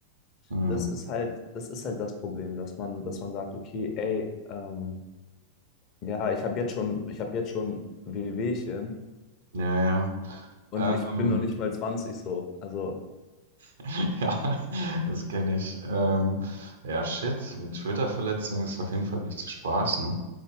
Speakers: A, on the right (about 65°); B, on the left (about 35°).
A: Hm.
B: das ist halt, das ist halt das Problem, dass man, dass man sagt, okay, ey, ähm, ja, ich habe jetzt schon, ich habe jetzt schon Wehwehchen
A: Ja, ja.
B: und ich
A: Ähm,
B: bin noch nicht mal zwanzig so. Also
A: <laughs> ja, das kenne ich. Ähm, ja, shit, mit Schulterverletzung ist auf jeden Fall nicht zu spaßen.